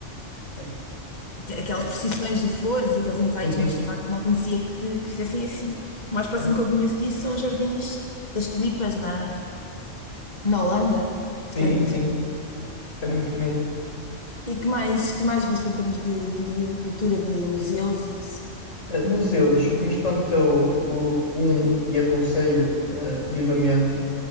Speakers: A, on the left; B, on the left.
A: é,
B: aquelas
A: é,
B: procissões de flores e aqueles enfeites,
A: sim, sim.
B: mas de facto não conhecia que, que fizessem assim. O mais próximo
A: é.
B: que eu conheço disso são os jardins das tulipas na, na Holanda. Portanto,
A: Sim, sim. Também é muito bonito.
B: E que mais, que mais viste em termos de, de cultura, de museus e isso?
A: Ah, museus, o que me espantou, o, um, e aconselho ah, vivamente,